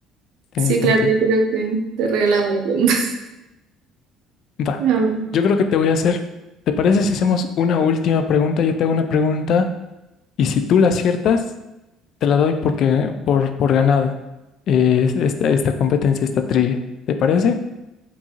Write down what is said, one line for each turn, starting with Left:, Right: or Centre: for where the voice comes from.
Left: Tiene
Right: Sí,
Left: sentido.
Right: claro, ahí creo que te he regalado la pregunta. <laughs>
Left: Va.
Right: Ah,
Left: Yo creo que te voy a hacer... ¿Te parece si hacemos una última pregunta? Yo te hago una pregunta y si tú la aciertas, te la doy porque, por, por ganada. Eh, es- esta, esta competencia, esta trivia. ¿Te parece?